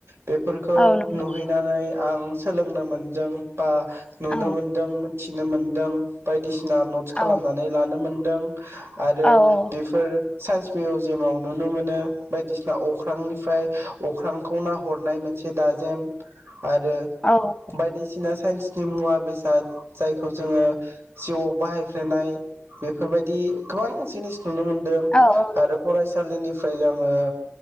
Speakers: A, on the right; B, on the left.
A: बेफोरखौ
B: औ नंगौ
A: नुहैनानै। आं सोलोंनो मोनदों बा नुनो
B: औ
A: मोनदों मिथिनो मोन्दों बायदिसिना ना नटस खालामनानै
B: औ
A: लानोमोन दों आरो
B: औ
A: बेफोर साइन्स मिउजियामाव नुनो मोनो बायदिसिना अख्रांनिफ्राय अख्रांखौ नाहरनाय मोनसे दाजेम आरो
B: औ
A: बायदिसिना बायदिसिना साइन्सनि मुवा बेसाद जायखौ जोङो जिउआव बाहायफ्लेनाय बेफोरबायदि गोबां जिनिस नुनो मोनदों
B: औ
A: आरो
B: औ
A: फरायसालिनि ओमफ्राय आङो